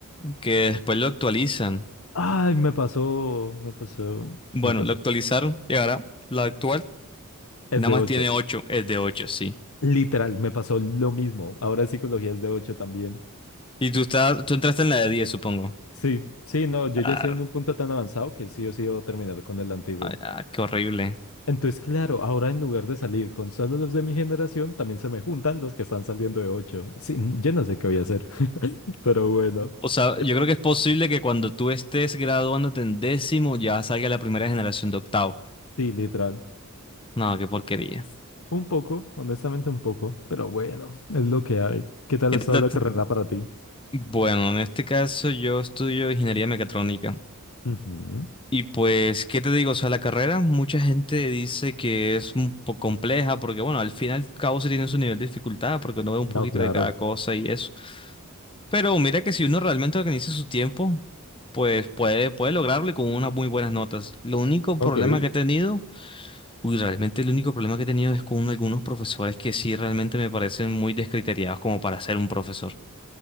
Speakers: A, on the left; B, on the left.
A: que después lo actualizan.
B: Ay, me pasó, me pasó,
A: Bueno,
B: me pasó.
A: lo actualizaron y ahora la actual
B: Es
A: nada
B: de
A: más
B: 8.
A: tiene 8, es de 8, sí.
B: Literal, me pasó lo mismo. Ahora psicología es de 8 también.
A: Y tú estás, tú entraste en la de 10, supongo.
B: Sí, sí, no, yo
A: Ah,
B: ya estoy en un punto tan avanzado que sí o sí debo terminar con el antiguo.
A: ah, qué horrible.
B: Entonces, claro, ahora en lugar de salir con solo los de mi generación, también se me juntan los que están saliendo de 8. Sí, mm, yo no sé qué voy a hacer, <laughs> pero bueno.
A: O sea,
B: ¿Qué
A: yo
B: tal?
A: creo que es posible que cuando tú estés graduándote en décimo ya salga la primera generación de octavo.
B: Sí, literal.
A: No, qué porquería.
B: Un poco, honestamente un poco, pero bueno, es lo que hay. ¿Qué tal
A: ¿Qué
B: ha
A: te-
B: estado
A: te-
B: la carrera
A: te-
B: para ti?
A: Bueno, en este caso yo estudio ingeniería mecatrónica.
B: Ujú.
A: Y pues, ¿qué te digo? O sea, la carrera, mucha gente dice que es un poco compleja porque, bueno, al fin y al cabo sí tiene su nivel de dificultad porque uno ve un poquito
B: No, claro.
A: de cada cosa y eso. Pero mira que si uno realmente organiza su tiempo, pues puede, puede lograrlo y con unas muy buenas notas. Lo único
B: Ok.
A: problema que he tenido, uy, realmente el único problema que he tenido es con algunos profesores que sí realmente me parecen muy descriteriados como para ser un profesor.